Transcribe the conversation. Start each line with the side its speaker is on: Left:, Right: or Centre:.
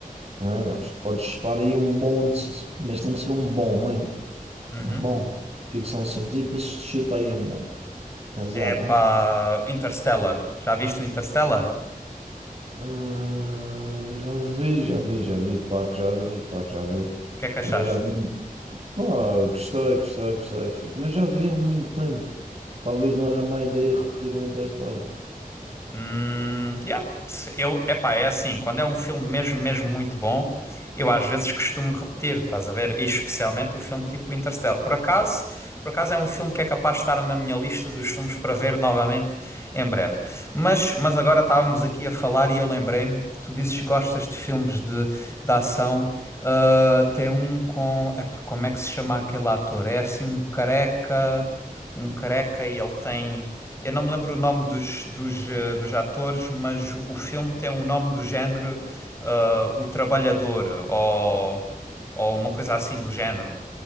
Right: também gosto. Podes estar aí um bom, de- mas tem que ser um bom mesmo,
Left: Uhum.
Right: um bom. Ficção científica, chuta aí um bom. Tens
Left: Epá,
Right: aí algum?
Left: Interstellar. Já viste o Interstellar?
Right: Hum, já vi, já vi, já vi, claro que já vi, claro que já vi.
Left: O que é que
Right: Também
Left: achaste?
Right: já vi. Pá, gostei, gostei, gostei. fi- Mas já vi há muito tempo. Talvez não era má ideia repetir o Interstellar.
Left: Hum, yeah. Eu, epá, é assim, quando é um filme mesmo, mesmo muito bom, eu às vezes costumo repetir, estás a ver? E especialmente o filme tipo Interstellar. Por acaso, por acaso é um filme que é capaz de estar na minha lista dos filmes para ver novamente em breve. Mas, mas agora estávamos aqui a falar e eu lembrei-me, tu dizes que gostas de filmes de, de ação, ah, tem um com, epá, como é que se chama aquele ator? É assim um careca um careca e ele tem. Eu não me lembro o nome dos, dos, eh, dos atores, mas o o filme tem um nome do género ah, O Trabalhador ou, ou uma coisa assim do género.